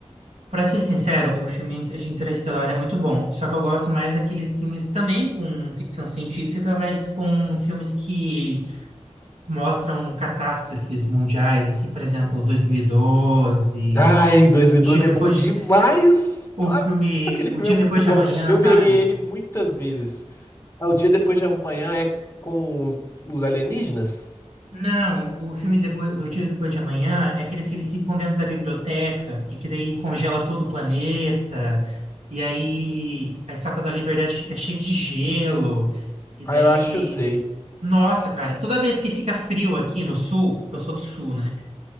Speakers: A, on the right; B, on the left.
A: Pra ser sincero, o filme Inter- Interestelar é muito bom. Só que eu gosto mais daqueles filmes também com ficção científica, mas com filmes que mostram catástrofes mundiais, assim, por exemplo, 2012,
B: Ai,
A: o
B: 2012
A: dia depois,
B: é bom demais!
A: de- o
B: Nossa,
A: filme
B: aquele
A: O
B: filme
A: Dia
B: é muito
A: Depois
B: bom.
A: de Amanhã,
B: Eu
A: sabe?
B: veria ele muitas vezes. Ah, o dia depois de amanhã é com os, os alienígenas?
A: Não, o filme depois, do Dia Depois de Amanhã é aqueles que eles ficam dentro da biblioteca e que daí congela todo o planeta. E aí a Estátua da Liberdade fica cheia de gelo. E
B: Ah,
A: daí
B: eu acho que eu sei.
A: Nossa, cara, toda vez que fica frio aqui no sul, eu sou do sul, né?